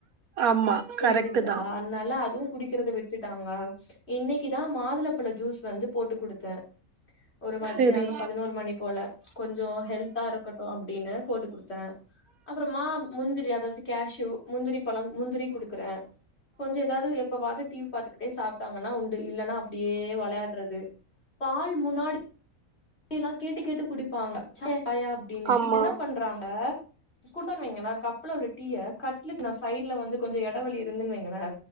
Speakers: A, on the right; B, on the left.
A: ஆமா
B: புரியுதுங்களா
A: கரெக்ட்டு தா
B: அத்னால அதுவும் குடிக்கிறத விட்டுட்டாங்க இன்னைக்குதா மாதுளப்பழ ஜூஸ் வந்து போட்டு கொடுத்தேன் ஒரு மா
A: செரி
B: பதினோரு மணி போல கொஞ்சம் ஹெல்தா இருக்கட்டும் அப்டின்னு போட்டு கொடுத்தே அப்புறம் மா முந்திரி அதாவது கேஷு முந்திரி பழம் முந்திரி குடுக்குறே கொஞ்ச ஏதாவது எப்பவாது டிவி பாத்துக்கிட்டே சாப் டாங்கன உண்டு இல்லன்னா அப்டியே விளையாட்றது பால் முன்னாடி ல்லாம் கேட்டு கேட்டு குடிப்பாங்க சாயா அப்டின்னு
A: ஆமா
B: இப்ப என்ன பண்றாங்க கூட்ட வீங்கன்னா கப்புல உள்ள டீ ய கட்லக்கு நா சைட்ல வந்து கொஞ்சம் எடைவெளி இருந்துன்ன வைங்களேன்